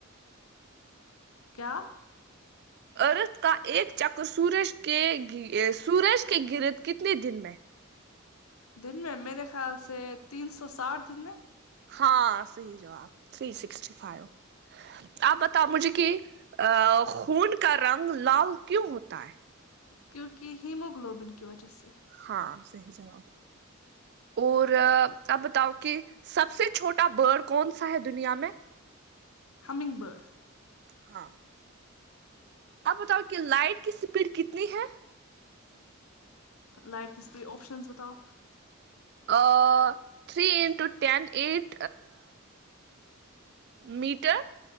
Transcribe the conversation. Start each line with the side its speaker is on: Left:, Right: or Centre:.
Left: کیا
Right: ارت کا ایک چکر سورج کے گھی سورج کے گرد کتنے دن میں
Left: دن میں میرے خیال سے تین سو ساٹھ دن میں
Right: ہاں صحیح جواب تھری سکسٹی فائیو آپ بتاؤ مجھے کہ ا خون کا رنگ لال کیوں ہوتا ہے
Left: کیونکہ ہیموگلوبن کی وجہ سے
Right: ہاں صحیح جواب اور اب بتاؤ کہ سب سے چھوٹا برڈ کون سا ہے دنیا میں
Left: ہممنگ برڈ
Right: ہاں آپ بتاؤ کہ لائٹ کی اسپیڈ کتنی ہے
Left: لائٹ کسپیڈ اوپشنز بتاؤ
Right: آ three into ten eight metre